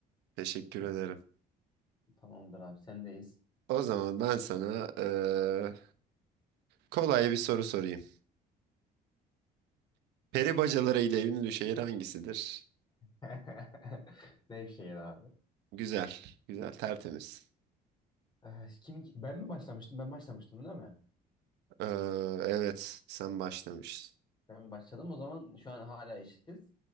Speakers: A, on the right (about 90°); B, on the left (about 25°).
A: Teşekkür
B: Ee,
A: ederim.
B: tamamdır abi, sendeyiz.
A: O zaman ben sana ıı, kolay bir soru sorayım. Peri bacaları ile ünlü şehir hangisidir?
B: <laughs> Nevşehir abi.
A: Güzel, güzel, tertemiz.
B: Ee, kim ben mi başlamıştım? Ben başlamıştım değil mi?
A: Ee, evet, sen başlamışsın.
B: Ben başladım. O zaman şu an hala eşitiz.